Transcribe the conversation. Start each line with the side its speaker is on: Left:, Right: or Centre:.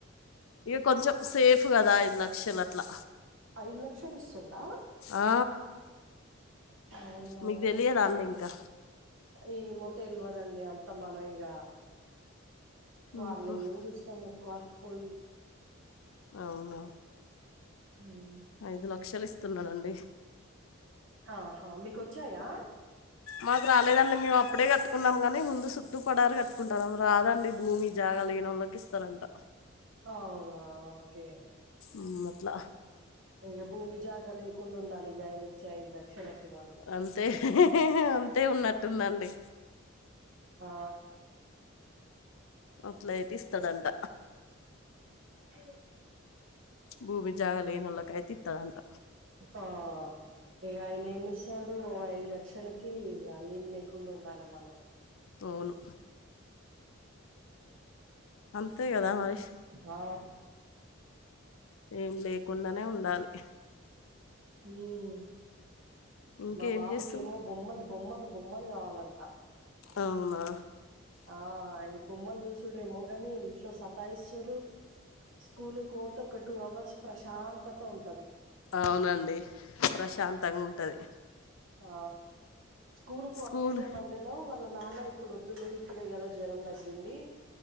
Left: ఇక కొంచెం సేఫ్ కదా ఐదు లక్షలు అట్లా
Right: ఐదు లక్షలు ఇస్తుండా
Left: ఆ
Right: అవునా
Left: మీకు తెలియదాండి ఇంకా
Right: ఏమో తెల్వదండి అంత మన ఇగ వాళ్ళ
Left: మ్మ్హ్మ్.
Right: ఏం చూస్తాం ఎక్కువ పలు
Left: అవును
Right: ఉమ్
Left: ఐదు లక్షలు ఇస్తున్నడండి
Right: ఆహా మీకొచ్చాయా?
Left: మాకు రాలేదండి మేము అప్పుడే కట్టుకున్నాము కనీ, ముందు చుట్టూ పడారు కట్ కుంటారెమో రాదండి భూమి జాగా లేనోళ్ళకి ఇస్తారంట.
Right: అవునా ఓకే
Left: ఉమ్ అట్ల
Right: ఇగ భూమి జాకా లేకుండా ఉండాలి ఇగ ఆయన ఇచ్చే ఐదు లక్షలకి మనం.
Left: అంతే అం తే ఉన్నట్టుందండి
Right: ఆ
Left: అట్ల అయితే ఇస్తడంట
Right: ఇ
Left: భూమి జాగా లేనోల్లకైతే ఇత్తరంట
Right: ఆ ఇగయినేమో తడు ఐదు లక్షలకి ఏం ఇగ లేకుండా ఉండాలె మనం.
Left: అవును అంతే కదా మరి
Right: ఆ
Left: ఏం లేకుండానే ఉండాలి.
Right: ఉమ్
Left: ఇంకేం
Right: మా బాబుకేమో
Left: చేస్తున్నా
Right: బొమ్మలు, బొమ్మలు, బొమ్మలు కావాలంట.
Left: అమ్మా
Right: ఆ ఈ బొమ్మలు చూసుడేమో గాని ఇంట్లో సతాయిస్తురూ స్కూల్ కు పోతే ఒక టూ అవర్స్ ప్రశాంతత ఉంటది.
Left: అవునండి ప్రశాంతంగా ఉంటది.
Right: ఆ స్కూల్ కు పంపిస్దం
Left: స్కూల్
Right: అంటే నేమో, వాళ్ళ నాన్న ఇప్పుడు వద్దులే ఇప్పుడే కదా జ్వరం తగ్గింది